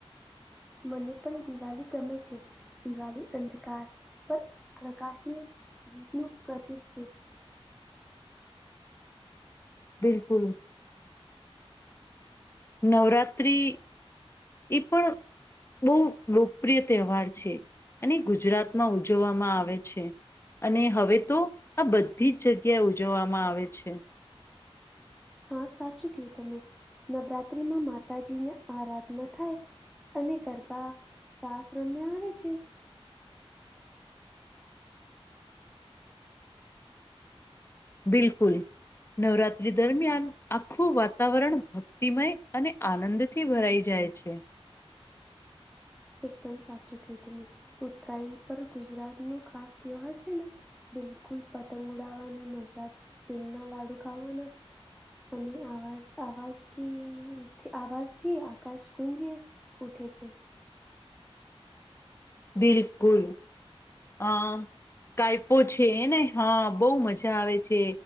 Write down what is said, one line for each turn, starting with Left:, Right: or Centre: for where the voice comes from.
Centre: મને પણ દિવાળી ગમે છે દિવાળી અંધકાર પર પ્રકાશને જીતનું પ્રતિક છે.
Left: બિલકુલ. નવરાત્રિ એ પણ બહુ લોકપ્રિય તહેવાર છે અને ગુજરાતમાં ઉજવવામાં આવે છે. અને હવે તો આ બધી જ જગ્યાએ ઉજવવામાં આવે છે.
Centre: હા સાચું કયું તમે નવરાત્રીમાં માતાજીને આરાધના થાય અને ગરબા રાસ રમ્યા આવે છે
Left: બિલકુલ નવરાત્રી દરમિયાન આખું વાતાવરણ ભક્તિમય અને આનંદ થી ભરાઈ જાય છે
Centre: <unintelligible> એકદમ સાચું કહું તમે ઉત્તરાયણ પર ગુજરાતનું ખાસ ત્યવાર છેને. બિલકુલ પતંગ ઉડાાવવાની મસા તેલના લાડુ ખાવાના અને આવાજ આવાજ ક આવાજથી આકાશ કુંજી ઉઠે છે.
Left: બિલકુલ અ કાયપો છેને હા બહુ મજા આવે છે.